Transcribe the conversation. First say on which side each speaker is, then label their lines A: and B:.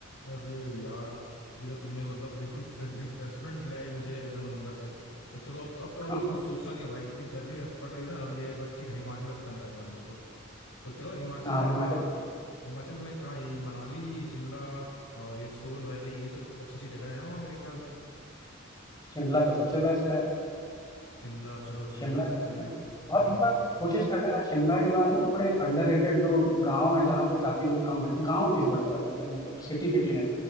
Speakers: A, on the left; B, on the left.
A: अरे यार ये तो तुमने मतलब बिल्कुल रिफ्रेशमेंट ले आई मुझे अंदर अंदर से तो चलो अब अब तो
B: <laughs>
A: अब तो कुछ सोचना नहीं है भाई इतनी गर्मी पड़ रही है ना अब ये बस ठीक है हिमाचल अब डन करना है हम लोग को तो चलो हिमाचल
B: हाँ
A: में
B: हिमाचल
A: कहाँ हिमाचल में कहाँ ये मनाली शिमला और ये सोन वैली ये सब अच्छी अच्छी जगह है वहाँ मेरे ख्याल से
B: शिमला तो सबसे बेस्ट है
A: शिमला चलो शिमला
B: शिमला
A: चल
B: जाते
A: चलेंगे
B: हैं
A: हम्म
B: और इस बार कोशिश करते हैं ना शिमला के बाद ना थोड़े अंडररेटेड जो गांव है जहाँ पे काफी लोग कम है गांव में इस बार चला जाता है मतलब सिटी सिटी नहीं